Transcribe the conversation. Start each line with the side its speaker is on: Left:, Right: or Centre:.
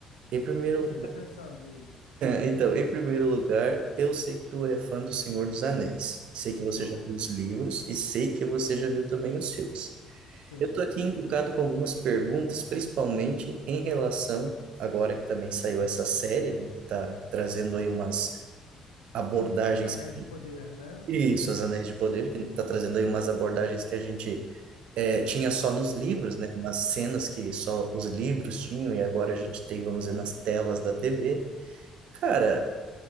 Right: Em primeiro
Left: que que você está pensando aí?
Right: Então, em primeiro lugar, eu sei que tu é fã do Senhor dos Anéis. Sei que você
Left: Sou,
Right: já viu os livros e sei que você já viu também os filmes.
Left: sim,
Right: Eu estou aqui
Left: em
Right: encucado com algumas perguntas, principalmente em relação, agora que também saiu essa série, né, que está trazendo aí umas abordagens,
Left: Anéis do Poder, né?
Right: isso, Os Anéis de Poder, que está trazendo aí umas abordagens que a gente eh, tinha só nos livros, né, umas cenas que só os livros tinham e agora a gente tem, vamos dizer, nas telas da TV. Cara,